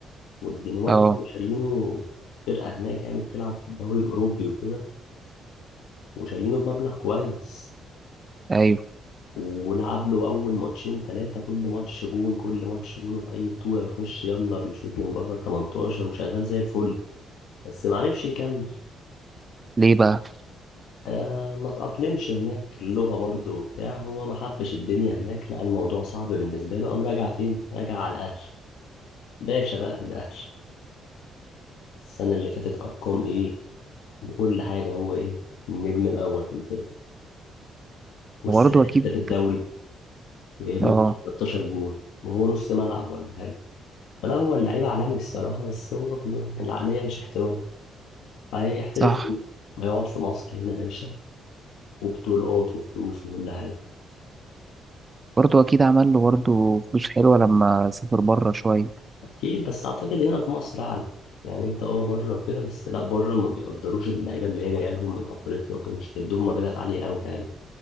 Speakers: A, on the left; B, on the right.
A: والدنمارك
B: اه
A: كانوا شارينه فرقة هناك يعني بتلعب في الدوري الأوروبي وكده وشارينه بمبلغ كويس
B: أيوة
A: ولعب له أول ماتشين تلاتة كل ماتش جون كل ماتش جون في أي بطولة يخش يلا بيشوط من بره ال 18 وشغال زي الفل بس معرفش يكمل
B: ليه بقى
A: آه ما تأقلمش هناك اللغة برضو وبتاع هو ما حبش الدنيا هناك لا الموضوع صعب بالنسبة له قام راجع فين؟ راجع على الأهل باشا بقى في الأهل السنة اللي فاتت أرقام إيه وكل حاجة هو إيه النجم الأول في الفرقة والسنة
B: وبرضو
A: دي
B: أكيد
A: هداف الدوري جايب
B: اه
A: له بتاع 13 جول وهو نص ملعب ولا حاجة فلا هو اللعيب عالمي الصراحة بس هو ب- العقلية مش احتراف هيحترف
B: صح
A: ليه؟ ما يقعد في مصر هنا باشا وبطولات وفلوس وكل حاجة
B: برضه اكيد عمل له برضه فلوس حلوه لما سافر بره شويه
A: اكيد بس اعتقد هنا في مصر اعلى يعني انت اه بره وكده بس لا بره ما بيقدروش اللعيبه اللي هي جايه لهم من افريقيا وكده مش هيدوهم مبالغ عاليه قوي يعني